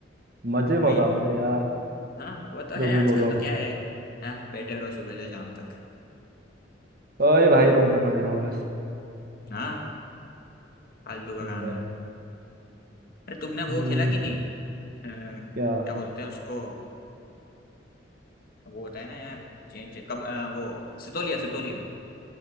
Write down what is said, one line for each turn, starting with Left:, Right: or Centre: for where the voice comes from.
Right: मजे
Left: वही
Right: बहुत आते थे यार
Left: हाँ वो तो
Right: जो
Left: है
Right: भी
Left: आजकल
Right: बोलो
Left: तो क्या है हाँ बैठे रहो सुबह से शाम तक
Right: ओए भाई रूम पे पड़े रहो बस
Left: हाँ फालतू का
Right: दिन
Left: काम
Right: भर
Left: है अरे तुमने
Right: हम्म
Left: वो खेला कि नहीं अ,
Right: क्या
Left: क्या बोलते हैं उसको वो होता है ना यार चेंज कब अ, वो सितोलिया सितोलिया